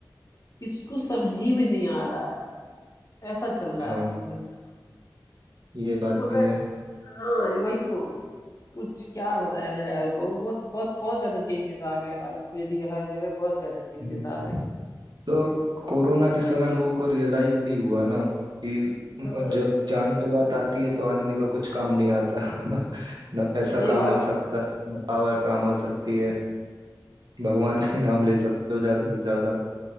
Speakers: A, on the left; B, on the right.
A: किसको समझी में नहीं आ रहा है ऐसा चल
B: हाँ
A: रहा है सिचुएशन
B: ये बात
A: मगर
B: भी है
A: हाँ वही तो कुछ क्या बताया जाए यार बहुत बहुत बहुत बहुत ज्यादा चेंजेस आ गए लाइफ में भी हर जगह बहुत ज्यादा चेंजेस
B: हम्म।
A: आ गए
B: तो अब कोरोना के समय लोगों को रियलाइज भी हुआ ना कि म-
A: हाँ,
B: जब जान पे बात आती है तो आदमी का कुछ काम नहीं आता <laughs> ना पैसा
A: सही
B: काम
A: बात
B: आ सकता ना पावर काम आ सकती है भगवान का ही नाम ले सकते हो ज्यादा से ज्यादा